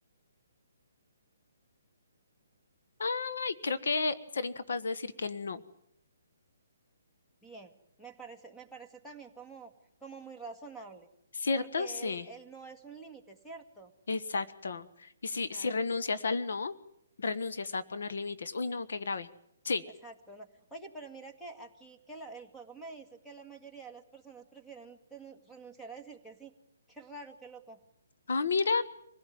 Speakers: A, on the left (about 65°); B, in the centre.
A: Ay, creo que ser incapaz de decir que no,
B: Bien, me parece, me parece también como, como muy razonable,
A: ¿cierto?
B: porque
A: Sí,
B: él, él no es un límite, ¿cierto?
A: exacto. Y si,
B: O sea,
A: si renuncias
B: entonces.
A: al no, renuncias a poner límites. Uy, no, qué grave. Sí.
B: Exacto, no. Oye, pero mira que aquí que la- el juego me dice que la mayoría de las personas prefieren tenu- renunciar a decir que sí. Qué raro, qué loco.
A: Ah, mira,